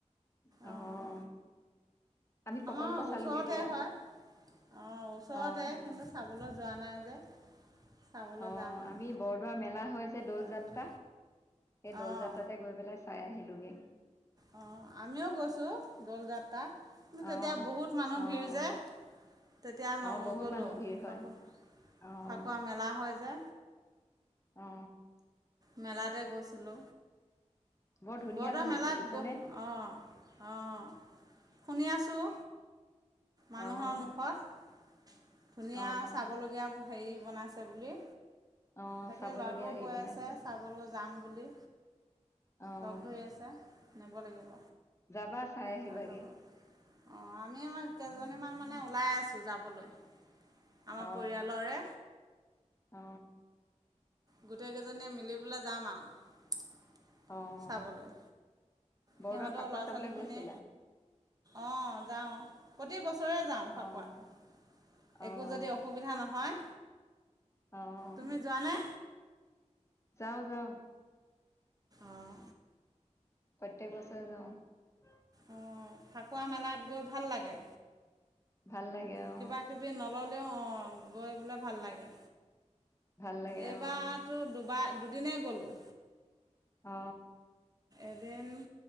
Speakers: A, on the left; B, on the right.
A: অ',
B: অঁ'
A: আমি প্ৰকল্প
B: আমাৰ
A: চালোগে
B: ওচৰতে
A: দিয়া
B: হয় অঁ
A: অ',
B: ওচৰতে, কিন্তু চাবলৈ যোৱা নাই যে। চাবলৈ
A: অ
B: যাম আৰু
A: আমি বৰদোৱা মেলা হৈ যে দৌল
B: তাৰপিছত
A: যাত্ৰা সেই দৌল
B: অঁ
A: যাত্ৰাতে গৈ পেলাই চাই। আহিলোগৈ।
B: অ আমিও গৈছো দল যাত্ৰাত। কিন্তু
A: অ',
B: তেতিয়া বহুত মানুহ
A: অ',
B: ভিৰ যায়, তেতিয়া নগলো
A: অ', বহুত মানুহ ভিৰ হয়
B: ফাকু
A: অ',
B: ফাকুৱা মেলা হয় যে।
A: অঁ।
B: মেলাতে গৈছিলোঁ।
A: বৰ ধুনীয়া
B: বৰদুৱাৰ
A: বনাইছে
B: মেলাত
A: বুজিছানে
B: গ, অঁ অঁ শুনি আছোঁ মানুহৰ
A: অ',
B: মুখত। ধুনীয়া
A: অ',
B: চাবলগীয়া বু- হেৰি বনাইছে বুলি।
A: অ',
B: তাকে
A: চাবলগীয়া
B: ল'ৰাটোও
A: হেৰি
B: কৈ
A: বনাইছে
B: আছে চাবলৈ যাম বুলি,
A: অ',
B: লগ ধৰি আছে নিব লাগিব
A: যাবা চাই আহিবাগে
B: তাক লগত অ, আমি কেইজনীমান মানে। ওলাই আছো যাবলৈ। আমাৰ
A: অ
B: পৰিয়ালৰে
A: অ।
B: গোটেই কেইজনীয়ে মিলি পেলাই যাম আৰু।
A: অ',
B: চাবলৈ,
A: বৰদোৱা
B: সিহঁতৰ
A: ফাকুৱা
B: ল'ৰা
A: চাবলৈ
B: ছোৱালী খিনি,
A: গৈছিলা
B: অ যাওঁ প্ৰতি বছৰে যাওঁ ফাকুৱাত।
A: অ', অ',
B: একো যদি অসুবিধা নহয়।
A: অ',
B: তুমি যোৱানে?
A: যাওঁ যাওঁ।
B: অঁ।
A: প্ৰত্যেক বছৰে যাওঁ।
B: অঁ ফাকুৱা মেলাত গৈ ভাল লাগে।
A: ভাল লাগে অ
B: কিবা কিবি নললেও অ। গৈ বোলে ভাল লাগে।
A: ভাল লাগে
B: এইবাটো
A: অ
B: দুবাৰ দু- দিনেই গ'লোঁ।
A: অ।
B: এদিন